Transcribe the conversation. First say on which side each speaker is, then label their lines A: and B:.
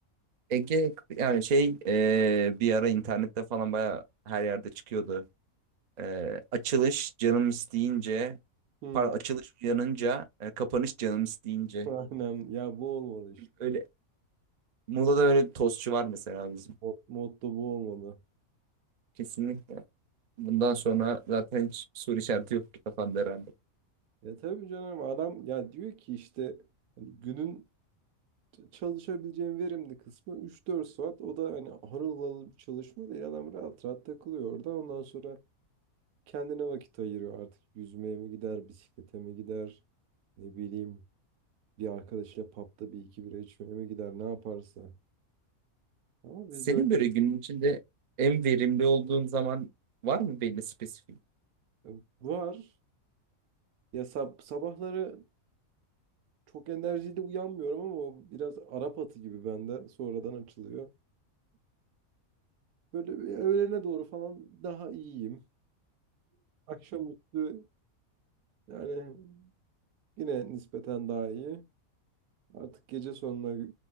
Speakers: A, on the right; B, on the right.
A: Ege yani şey e, bir ara internette falan baya her yerde çıkıyordu. E, açılış canım isteyince
B: Hı.
A: pardon açılış uyanınca e, kapanış canım isteyince.
B: <laughs> Aynen ya bu olmalı işte.
A: Öyle Muğla'da öyle bir tostçu var mesela bizim.
B: Mot- Motto bu olmalı.
A: Kesinlikle. Bundan sonra zaten hiç soru işareti yok kafanda herhalde.
B: Ya tabii canım adam ya diyor ki işte hani günün çalışabileceğim verimli kısmı üç dört saat. O da hani harıl harıl bir çalışma değil. Adam rahat rahat takılıyor orada. Ondan sonra kendine vakit ayırıyor artık. Yüzmeye mi gider, bisiklete mi gider, ne bileyim bir arkadaşıyla pub'da bir iki bira içmeye mi gider ne yaparsa. Ama
A: Senin
B: bizde öyle
A: böyle günün içinde en verimli olduğun zaman var mı belli spesifik?
B: e, var. Ya sab sabahları çok enerjiyle uyanmıyorum ama o biraz Arap atı gibi bende sonradan açılıyor. Böyle bir öğlene doğru falan daha iyiyim. Akşamüstü yani yine nispeten daha iyi. Artık gece sonuna